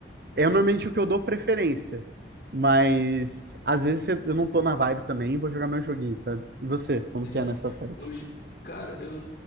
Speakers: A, on the left (about 65°); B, on the right (about 55°).
A: uhum.
B: É normalmente o que eu dou preferência. Mas às vezes eu não tô na vibe também, vou jogar meu joguinho, sabe? E você, como
A: Entendi.
B: que é nessa parte?
A: Hoje, cara, eu